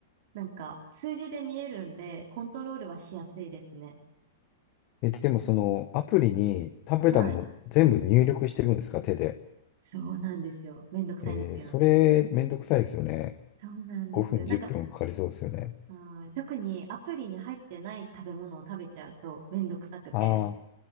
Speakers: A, on the right (about 60°); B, on the left (about 45°).
A: なんか、数字で見えるんで、コントロールはしやすいですね。
B: え、でもそのアプリに食べたもの全部入力していくんですか手で。
A: はい。そうなんですよ。めんどくさいんですけどね。
B: えー、それめんどくさいですよね。
A: そうなんです。
B: 5分、
A: なんか、
B: 10分かかりそうですよね。
A: はい特にアプリに入ってない食べ物を食べちゃうとめんどくさくて。
B: ああ、